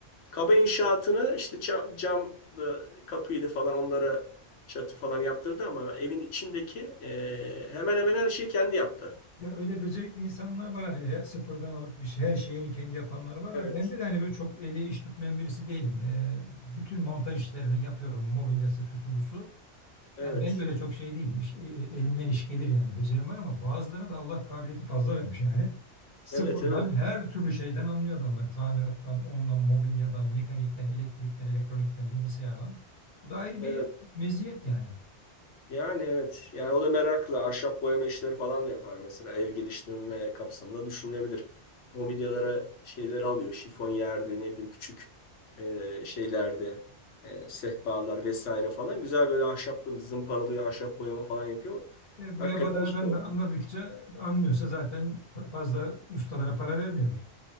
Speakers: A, on the left; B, on the left.
A: Kaba inşaatını işte cam, cam da kapıydı falan onlara çatı falan yaptırdı ama evin içindeki e, hemen hemen her şeyi kendi yaptı.
B: Ya öyle becerikli insanlar var hani he- sıfırdan alıp bir şey, her şeyini kendi yapanlar var.
A: Evet,
B: Ha, Bende de hani böyle çok eli iş tutmayan birisi değilim. E, bütün montaj işlerini yapıyorum. Mobilyası, şusu, busu.
A: evet,
B: Yani ben de öyle çok şey değilim. İş- e- e- elimden iş gelir yani. Becerim var ama bazılarına da Allah kabiliyeti fazla vermiş yani. Sıfırdan
A: evet, evet,
B: her türlü şeyden anlıyor adamlar. Tamirattan, ondan, mobilyadan, mekanikten, elektrikten, elektronikten, bilgisayardan. Bu da ayrı
A: evet.
B: bir meziyet yani.
A: Yani evet, yani o da meraklı. Ahşap boyama işleri falan da yapar mesela. Ev geliştirme kapsamında düşünülebilir. Mobilyalara şeyleri alıyor. Şifonyerdi, ne bileyim küçük e, şeylerde, e, sehpalar vesaire falan. Güzel böyle ahşap boyama, zımparalıyor ahşap boyama falan yapıyor.
B: E, boya
A: Hakikaten
B: badanadan
A: şey.
B: da anladıkça anlıyorsa zaten fazla ustalara para vermiyordur.